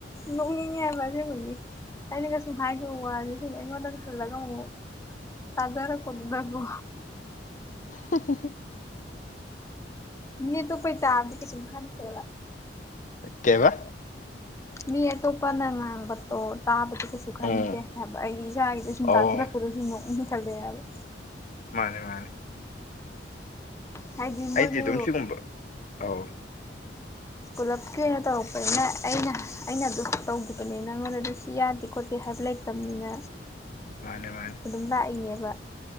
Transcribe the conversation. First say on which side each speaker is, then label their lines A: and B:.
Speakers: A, on the left; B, on the left.
A: ꯅꯣꯛꯅꯤꯡꯉꯦꯕ ꯑꯁꯦꯡꯕꯒꯤ ꯑꯩꯅꯒꯁꯨꯝ ꯍꯥꯏꯈꯤꯕ ꯋꯥꯁꯦ ꯁꯨꯝ ꯑꯩꯉꯣꯟꯗꯒ ꯍꯜꯂꯒ ꯑꯃꯨꯛ ꯇꯖꯔꯛꯄꯗꯨꯗ ꯀꯣ
B: ꯍꯝ ꯍꯝ ꯍ
A: ꯃꯤ ꯇꯣꯞꯄꯩ ꯇꯥꯕꯗꯤ ꯀꯩꯁꯨꯝ ꯈꯟꯗꯦꯕ
B: ꯀꯦꯏꯕ
A: ꯃꯤ ꯑꯇꯣꯞꯄꯅ ꯉꯥꯡꯕꯗꯣ ꯇꯥꯕꯗꯤ ꯀꯩꯁꯨ ꯈꯟꯗꯦ
B: ꯎꯝ
A: ꯍꯥꯏꯕ ꯑꯩ ꯏꯁꯥꯒꯤꯗꯨ ꯁꯨꯝ
B: ꯑꯧ
A: ꯇꯥꯥꯁꯜꯂꯛꯄꯗꯣ ꯁꯨꯝ ꯅꯣꯛꯅꯤꯡ ꯈꯜꯂꯛꯑꯦ ꯍꯥꯏꯕ
B: ꯃꯥꯅꯦ ꯃꯥꯅꯦ
A: ꯍꯥꯏꯗꯤ ꯃꯣꯏꯁꯨ
B: ꯑꯩꯗꯤ ꯑꯗꯨꯝ ꯁꯤꯒꯨꯝꯕ ꯑꯧ
A: ꯄꯨꯂꯞꯀꯤ ꯑꯣꯏꯅ ꯇꯧꯔꯛꯄꯅꯤꯅ ꯑꯩꯅ ꯑꯩꯅ ꯑꯗꯨ ꯇꯧꯈꯤꯕꯅꯤ ꯅꯪꯉꯣꯟꯗꯗꯤ ꯁꯤ ꯌꯥꯗꯦ ꯈꯣꯠꯇꯦ ꯍꯥꯏꯕ ꯂꯩꯇꯅꯤꯅ
B: ꯃꯥꯅꯦ ꯃꯥꯅꯦ
A: ꯑꯗꯨꯝ ꯂꯥꯛꯏꯅꯦꯕ